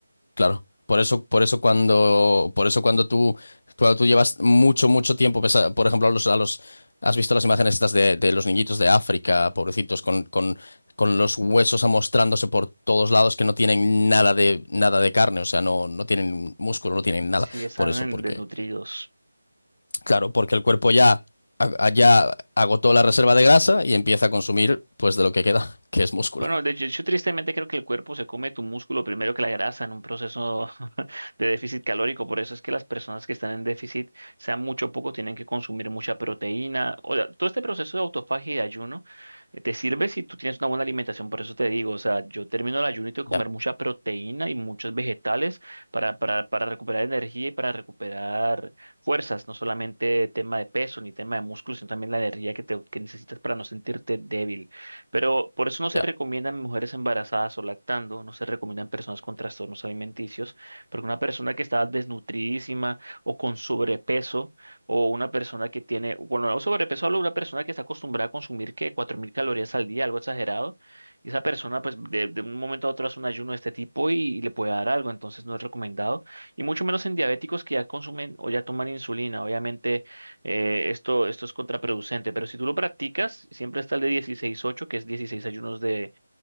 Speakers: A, on the left; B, on the right.
A: Claro, por eso, por eso cuando, por eso cuando tú, cuando tú llevas mucho, mucho tiempo, pesa- por ejemplo, a los, a los, has visto las imágenes estas de, de los niñitos de África, pobrecitos, con, con, con los huesos amostrándose por todos lados que no tienen nada de, nada de carne, o sea, no, no tienen músculo, no tienen nada.
B: Si están
A: Por eso,
B: en-
A: porque,
B: desnutridos.
A: claro, porque el cuerpo ya, a- ya agotó la reserva de grasa y empieza a consumir, pues, de lo que queda, <laughs> que es músculo.
B: Bueno, de hecho, yo tristemente creo que el cuerpo se come tu músculo primero que la grasa en un proceso <laughs> de déficit calórico. Por eso es que las personas que están en déficit, sea mucho o poco, tienen que consumir mucha proteína. O sea, todo este proceso de autofagia y de ayuno eh, te sirve si tú tienes una buena alimentación. Por eso te digo, o sea, yo termino el ayuno y tengo que
A: Ya,
B: comer mucha proteína y muchos vegetales para, para, para recuperar energía y para recuperar fuerzas. No solamente tema de peso ni tema de músculo, sino también la energía que, te, que necesitas para no sentirte débil. Pero por eso no se
A: ya.
B: recomiendan mujeres embarazadas o lactando, no se recomiendan personas con trastornos alimenticios, porque una persona que está desnutridísima o con sobrepeso, o una persona que tiene, bueno, no sobrepeso, hablo de una persona que está acostumbrada a consumir, ¿qué? 4.000 calorías al día, algo exagerado, y esa persona, pues, de, de un momento a otro hace un ayuno de este tipo y, y le puede dar algo, entonces no es recomendado, y mucho menos en diabéticos que ya consumen o ya toman insulina, obviamente eh, esto, esto es contraproducente, pero si tú lo practicas, siempre está el de dieciséis ocho, que es 16 ayunos de